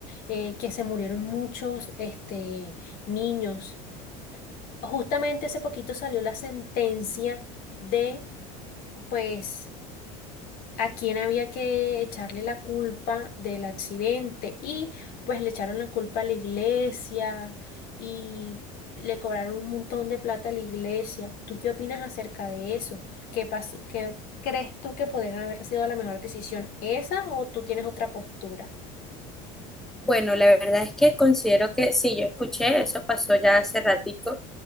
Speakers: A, on the left; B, in the centre.
A: eh, que se murieron muchos este, niños. Justamente hace poquito salió la sentencia de, pues, a quién había que echarle la culpa del accidente y pues le echaron la culpa a la iglesia y le cobraron un montón de plata a la iglesia. ¿Tú qué opinas acerca de eso? ¿Qué pasó? ¿Qué crees tú que podrían haber sido la mejor decisión, esa o tú tienes otra postura?
B: Bueno, la verdad es que considero que sí, yo escuché, eso pasó ya hace ratico,